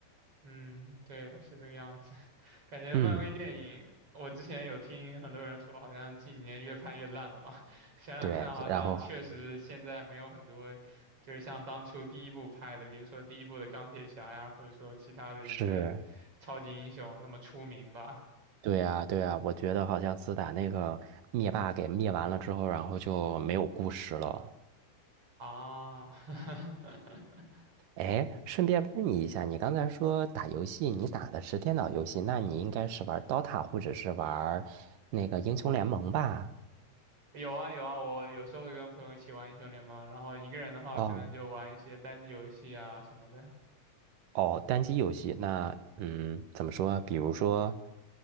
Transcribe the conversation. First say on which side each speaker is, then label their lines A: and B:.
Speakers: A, on the right (about 45°); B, on the right (about 80°).
A: 嗯，对，是这个样子。<laughs> 感觉漫威电影，
B: 嗯，
A: 我之前有听很多人说，好像近几年越拍越烂了嘛。<laughs> 想想看，
B: 对，
A: 好像确实现在没有很多，
B: 然后
A: 就是像当初第一部拍的，比如说第一部的钢铁侠呀，或者说其他的一些超级英雄那么出名吧。
B: 是，对呀，对呀，我觉得好像自打那个灭霸给灭完了之后，然后就没有故事了。
A: 啊，<laughs>
B: 哎，顺便问你一下，你刚才说打游戏，你打的是电脑游戏，那你应该是玩 DOTA 或者是玩那个英雄联盟吧？
A: 有啊有啊，我有时候会跟朋友一起玩英雄联盟，然后一个人的话，
B: 哦
A: 可能就玩一些单机游戏啊什么的。
B: 哦，单机游戏，那嗯，怎么说？比如说，